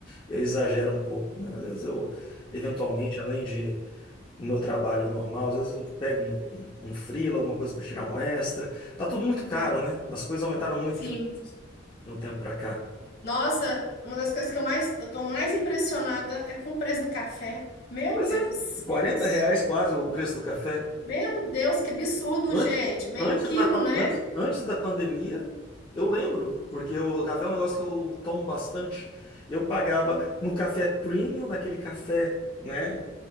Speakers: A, on the left (about 25°); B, on the left (about 55°).
A: eu exagero um pouco, né? Às vezes eu, eventualmente, além de no meu trabalho normal, às vezes eu pego um, um, um freela, alguma coisa para tirar um extra. Tá tudo muito
B: Uhum.
A: caro, né? As coisas aumentaram muito
B: Sim.
A: de, de um tempo para cá.
B: Nossa, uma das coisas que eu mais, eu tô mais impressionada é com o preço do café. Meu
A: Pois
B: Deus,
A: é,
B: que
A: 40
B: isso?
A: reais quase o preço do café.
B: Meu Deus, que absurdo,
A: Antes,
B: gente. Meio
A: antes
B: quilo,
A: da, pan-
B: né?
A: antes, antes da pandemia, eu lembro, porque o café é um negócio que eu tomo bastante. Eu pagava
B: Uhum.
A: no café premium, naquele café, né,